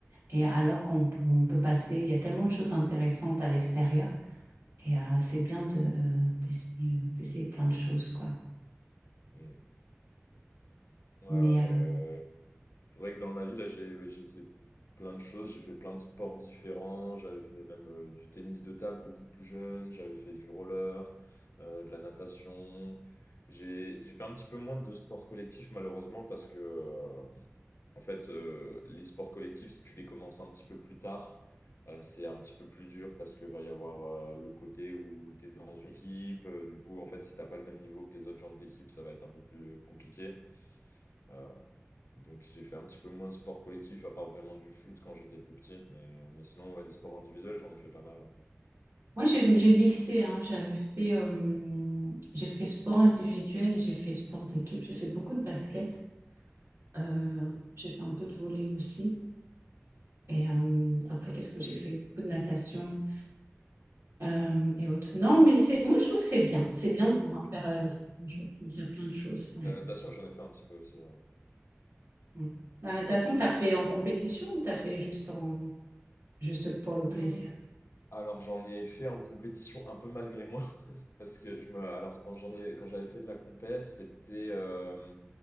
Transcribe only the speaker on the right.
Et alors qu'on on peut passer, il y a tellement de choses intéressantes à l'extérieur. Et euh, c'est bien de, euh, d'essayer, d'essayer plein de choses, quoi.
Mais euh,
moi, j'ai, j'ai mixé, hein. J'avais fait, euh, j'ai fait sport individuel et j'ai fait sport d'équipe. J'ai fait beaucoup de basket. Euh,
j'ai fait un peu de volley aussi. Et euh, après, qu'est-ce que j'ai fait? Beaucoup de natation euh, et autres. Non, mais c'est moi, je trouve que c'est bien. C'est
bien de pouvoir
faire,
euh, faire plein de choses. de faire plein de choses, ouais.
Mm. La natation, t'as fait en compétition ou t'as fait juste en juste pour
le plaisir?